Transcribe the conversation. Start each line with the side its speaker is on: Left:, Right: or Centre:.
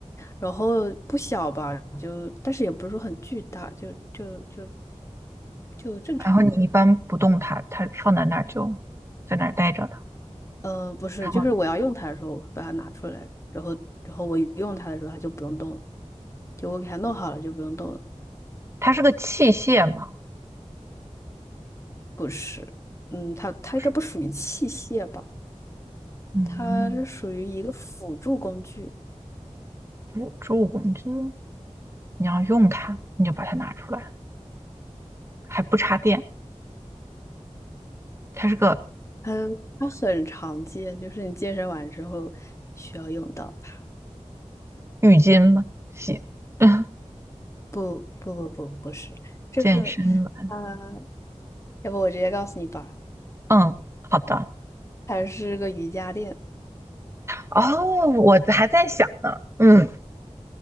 Left: 然后不小吧，就但是也不是说很巨大，就就就就正常。
Right: 然后你一般不动它，它放在那儿就在那儿待着了。
Left: 嗯、不是，
Right: 然后
Left: 就是我要用它的时候，我会把它拿出来，然后然后我用它的时候，它就不用动了，就我给它弄好了就不用动了。
Right: 它是个器械吗？
Left: 不是，嗯，它它应该不属于器械吧？
Right: 不是，嗯，
Left: 它是属于一个辅助工具，
Right: 辅助工具。你要用它，你就把它拿出来，还不插电。它是个
Left: 它它很常见，就是你健身完之后需要用到它。
Right: 浴巾吗？洗 <laughs>
Left: 不不不不不是这个，
Right: 健身吧，
Left: 呃，要不我直接告诉你吧，
Right: 嗯，好的。
Left: 它是个瑜伽垫，
Right: 哦，我还在想呢，嗯